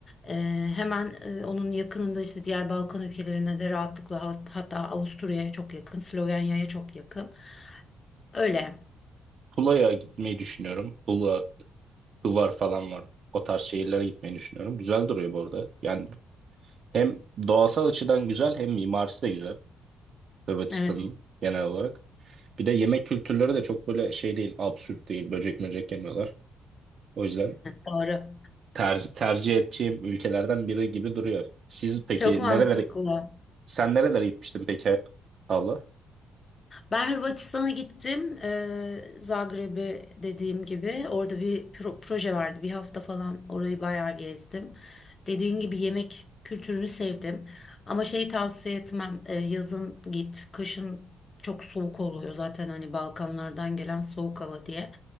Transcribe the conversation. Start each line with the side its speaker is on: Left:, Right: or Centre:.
Left: Ee, hemen e, onun yakınında işte diğer Balkan ülkelerine de rahatlıkla hat- hatta Avusturya'ya çok yakın, Slovenya'ya çok yakın. Öyle.
Right: Tula'ya gitmeyi düşünüyorum. Tula, Hıvar falan var. O tarz şehirlere gitmeyi düşünüyorum. Güzel duruyor bu arada. Yani hem doğasal açıdan güzel hem mimarisi de güzel. Hırvatistan'ın
Left: Evet,
Right: genel olarak. Bir de yemek kültürleri de çok böyle şey değil, absürt değil. Böcek möcek yemiyorlar. O yüzden
Left: doğru.
Right: ter- tercih edeceğim ülkelerden biri gibi duruyor. Siz peki
Left: Çok mantıklı.
Right: nerelere, sen nerelere gitmiştin peki abla?
Left: Ben Hırvatistan'a gittim. Ee, Zagreb'e dediğim gibi orada bir pro- proje vardı. Bir hafta falan orayı bayağı gezdim. Dediğin gibi yemek kültürünü sevdim. Ama şey tavsiye etmem. Ee, yazın git. Kışın çok soğuk oluyor zaten hani Balkanlardan gelen soğuk hava diye.